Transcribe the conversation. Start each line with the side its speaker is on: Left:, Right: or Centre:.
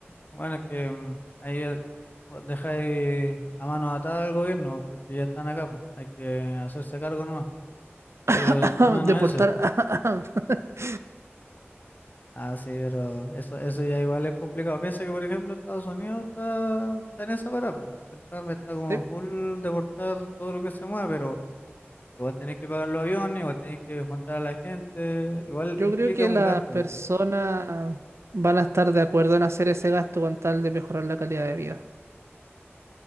Left: Bueno, es que mm, ahí eh, vos dejáis a mano atada al gobierno porque ya están acá. pues. Hay que hacerse cargo, no. Pero
Right: <laughs>
Left: el tema
Right: Deportar.
Left: no es ese.
Right: <laughs>
Left: Ah, sí, pero eso, eso ya igual es complicado. Piensa que, por ejemplo, Estados Unidos está, está en esa parada. po. El Trump está como
Right: Sí,
Left: full deportar todo lo que se mueva, pero igual tenés que pagar los aviones, igual tenés que juntar a la gente, igual
Right: yo
Left: implica
Right: creo que
Left: un
Right: las
Left: gasto,
Right: personas
Left: ¿cachai?
Right: van a estar de acuerdo en hacer ese gasto con tal de mejorar la calidad de vida.